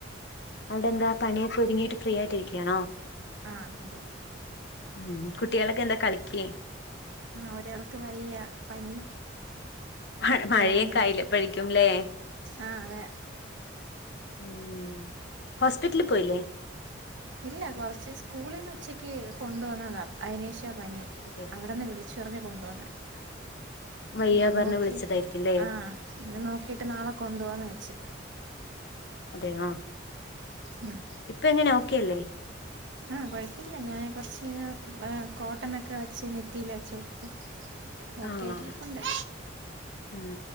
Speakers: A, on the left; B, on the right.
A: അവിടെ എന്താ പണിയൊക്കെ ഒരുങ്ങിയിട്ട് ഫ്രീ ആയിട്ടിരിക്കുകയാണോ
B: ആഹ് അതെ
A: ഉം കുട്ടികളൊക്കെ എന്താ കളിക്കേ
B: ഒരാൾക്ക് വയ്യ പനി
A: മ മഴയൊക്കെ
B: ഒരാളങ്ങനെ
A: ആയില്ല പഴിക്കുംല്ലേ
B: ആ അതെ
A: ഉം ഹോസ്പിറ്റലിൽ പോയില്ലേ
B: ഇല്ല കുറച്ച് സ്കൂളിൽ നിന്ന് ഉച്ചക്ക് കൊണ്ടുവന്നതാണ് അതിനേഷം പനി
A: അതെ.
B: അവിടെന്ന് വിളിച്ചറിഞ്ഞു കൊണ്ടു വന്ന്
A: വയ്യ
B: ഇന്ന്
A: പറഞ്ഞ്
B: നോക്കിട്ട്
A: വിളിച്ചതായിരിക്കുംല്ലേ
B: ആഹ് ഇന്ന് നോക്കിട്ട് നാളെ കൊണ്ടു പോവാന്ന് വെച്ചു
A: അതെയ ആ
B: ഉം.
A: ഇപ്പം എങ്ങനെ ഓക്കെല്ലേ
B: ആ കുഴപ്പമില്ല ഞാൻ കുറച്ചന കോട്ടനൊക്കെ വെച്ച് നെറ്റിൽ വെച്ച് കൊടുത്ത് ഓക്കെ
A: ആഹ്
B: ആയിട്ടിരിപ്പുണ്ട്
A: ഉം